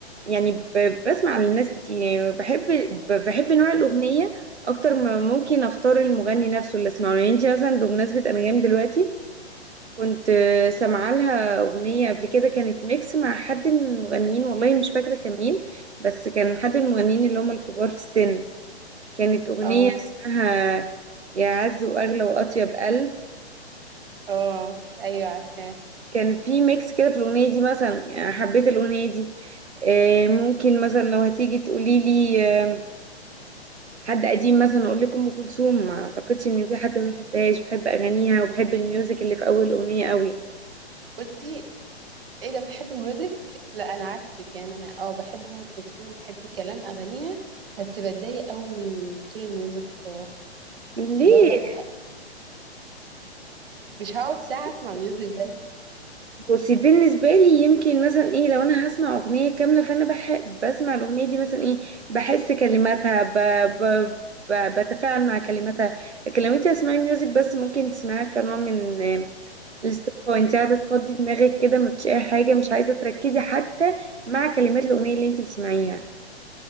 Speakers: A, on the right; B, on the right.
A: يعني ب- بسمع للناس كتير يعني بحب ب- بحب نوع الاغنيه اكتر ما ممكن اختار المغني نفسه اللي اسمعه يعني انت مثلا بمناسبه انغام دلوقتي كنت آه، سامعه لها اغنيه قبل كده كانت ميكس مع حد من المغنيين والله مش فاكره كان مين بس كان حد من المغنيين اللي هم الكبار في السن كانت أغنية
B: اه
A: اسمها يا عز وأغلى وأطيب قلب
B: اه أيوه عارفاه
A: كان في ميكس كده في الأغنية دي مثلا يعني حبيت الأغنية دي آه، ممكن مثلا لو هتيجي تقولي لي آه، حد قديم مثلا أقول لك أم كلثوم ما أعتقدش إن في حد ما بيحبهاش بحب أغانيها وبحب الميوزك اللي في أول الأغنية قوي
B: بصي ايه ده بتحب الميوزك لا انا عكسك يعني انا اه بحب ام كلثوم وبحب كلام اغانيها بس بتضايق قوي من طول الميوزك الصراحه
A: ليه
B: اللي هو بزهق مش هقعد
A: بص
B: ساعه اسمع ميوزك بس
A: بصي بالنسبة لي يمكن مثلا ايه لو انا هسمع اغنية كاملة فانا بح... بسمع الاغنية دي مثلا ايه بحس كلماتها ب... ب... ب... بتفاعل مع كلماتها لكن لو انت هتسمعي ميوزك بس ممكن تسمعيها كنوع من آه، الاسترخاء انت قاعدة تفضي دماغك كده مفيش اي حاجة مش عايزة تركزي حتى مع كلمات الاغنية اللي انت بتسمعيها